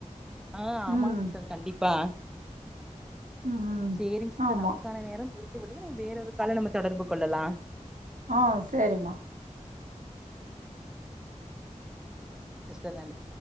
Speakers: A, in the centre; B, on the right (about 85°).
A: ஆ ஆமாங்க
B: ம்
A: சிஸ்டர் கண்டிப்பா
B: ம்
A: சேரிங் சிஸ்டர்
B: ஆமா
A: நமக்கான நேரம் முடி <unintelligible> நம வேற ஒரு காலலே நம்ம தொடர்பு கொள்ளலா
B: ஆ சேரிம்மா
A: <unintelligible>